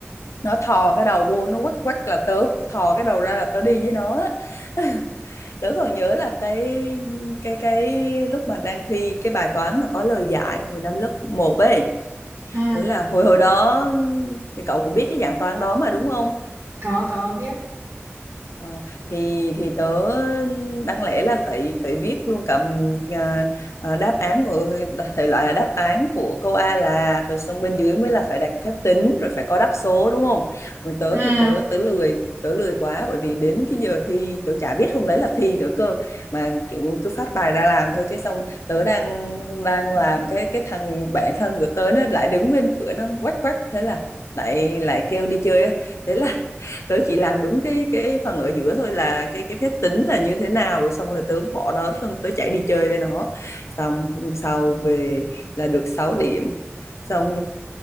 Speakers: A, on the left; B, on the right.
A: nó thò cái đầu vô nó quắc quắc là tớ thò cái đầu ra là tớ đi với nó á. <laughs> tớ còn nhớ là cái cái cái lúc mà đang thi cái bài toán mà có lời giải hồi năm lớp một ấy
B: ừ
A: thế là hồi hồi đó thì cậu cũng biết cái dạng toán đó mà đúng không
B: có có biết
A: Ờ, thì thì tớ đáng lẽ là phải phải viết luôn cả ừm, à, à, đáp án của thể loại là đáp án của câu A là rồi xong bên dưới mới là phải đặt phép tính rồi phải có đáp số đúng không? Còn tớ
B: ừ
A: thì tớ tớ lười tớ lười quá bởi vì đến cái giờ thi tớ chả biết hôm đấy là thi nữa cơ mà kiểu cứ phát bài ra làm thôi cái xong tớ đang đang làm cái cái thằng bạn thân của tớ nó lại đứng bên cửa nó quách quách thế là lại lại kêu đi chơi á. thế là tớ chỉ làm đúng cái cái phần ở giữa thôi là cái cái phép tính là như thế nào rồi xong là tớ bỏ đó xong tớ chạy đi chơi với nó xong hôm sau về là được sáu điểm xong